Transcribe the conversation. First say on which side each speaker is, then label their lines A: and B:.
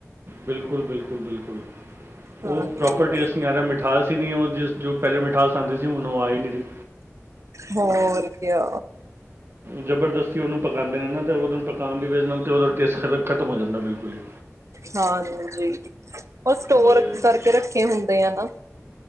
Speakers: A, on the right; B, on the right.
A: ਬਿਲਕੁਲ ਬਿਲਕੁਲ ਬਿਲਕੁਲ
B: ਹਾਂਜੀ
A: ਉਹ ਪ੍ਰੌਪਰ ਟੇਸਟ ਨਹੀਂ ਆ ਰਿਹਾ ਮਿਠਾਸ ਹੀ ਨਹੀਂ ਉਹ ਜਿਸ ਜੋ ਪਹਿਲੇ ਮਿਠਾ ਕੱਲ੍ਹ ਸੰਡੇ ਸੀ ਹੁਣ ਉਹ ਆਈ ਨਹੀਂ ਰਹੀ।
B: ਹੋਰ ਕਿਆ
A: ਜਬਰਦਸਤੀ ਉਹਨੂੰ ਪਕਾਉਂਦੇ ਨੇ ਨਾ ਤੇ ਉਹਦ ਪਕਾਉਣ ਦੀ ਵਜ੍ਹਾ ਨਾਲ ਨਾਲ ਤੇ ਉਹਦਾ ਟੇਸਟ ਖ਼ਤਮ ਹੋ ਜਾਂਦਾ ਬਿਲਕੁਲ ਹੀ।
B: ਹਾਂਜੀ। ਉਹ ਸਟੋਰ
A: ਹਾਂਜੀ ਹਾਂਜੀ
B: ਕਰਕੇ ਰੱਖੇ ਹੁਣ। ਆ ਨਾ